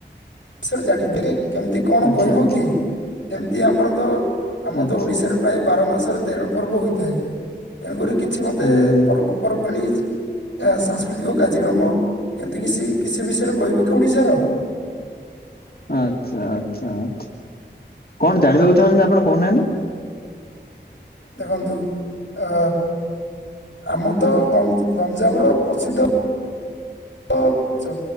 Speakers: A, on the left; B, on the left.
A: ବିଷୟରେ ଜାଣି ନେ <inaudible> କେମତି କଣ
B: ଆଚ୍ଛା
A: କହିବ
B: ଆଚ୍ଛା
A: କି ଯେମତି ଆମର ତ ଆମ
B: ଆଚ୍ଛା
A: ତ ଓଡିଶ୍ ଶାରେ ପ୍ରାୟେ ବାର ମାସରେ ତେର ପର୍ବ ହୋଇଥାଏ ତେଣୁକରି କିଛି ମତେ
B: ହୁଁ ହୁଁ
A: ପର୍ବ ପର୍ବାଣୀ ହେଇଚି ଯାହା ସାଂସ୍କୃତିକ କାର୍ଯ୍ୟକ୍ରମ ଏମତି କିଛି କିସି ବିଷୟରେ କହିବ କି ଓଡିଶାର?
B: ଆଚ୍ଛା ଆଚ୍ଛା ଆଚ୍ଛା କଣ ଜାଣିବାକୁ ଚାହୁଁଚନ୍ତି ଆପଣ କୋହୁନାହାନ୍ତି।
A: ଦେଖନ୍ତୁ ଆ ଆମ ତ ଗଞ୍ଜା ଗଞ୍ଜାମର ପ୍ରସିଦ୍ଧ ଧ ଚ